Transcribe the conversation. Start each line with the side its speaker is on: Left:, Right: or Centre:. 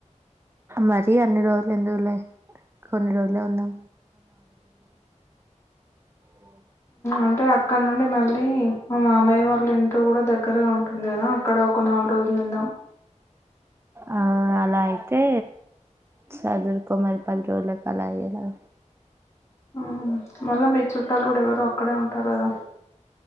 Right: మరి అన్ని రోజులు ఎందుకు లే కొన్ని రోజులే ఉందం ఓ
Left: అంటే అక్కడ నుండి మళ్ళీ మా మామయ్య వాళ్ళ ఇంటికీ కూడా దగ్గరగా ఉంటుంది కదా అక్కడ ఒక నాలుగు రోజులు ఉందాం
Right: ఆ అలా అయితే సాధురుకో మరి పది రోలా అలా కయ్యేలాగ
Left: మ్మ్ మళ్ళా మీ చుట్టాలు కూడా ఎవరో అక్కడే ఉంటారు కదా